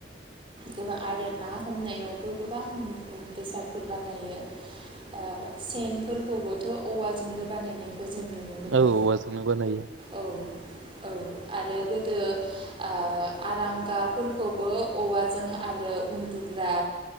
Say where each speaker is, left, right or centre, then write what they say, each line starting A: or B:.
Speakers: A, on the right; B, on the right.
A: गोबां आरो ना हमनायाव बो गोबां बेसादफोर बानायो ओ सेनफोरखौबोथ' औवाजोंनो बानायनायखौ जों नुनो मोनो
B: औ औवाजोंनो बानायो।
A: औ औ आरो गोदो ओ आरांगाफोरखौबो औवाजों आरो उन्दुग्रा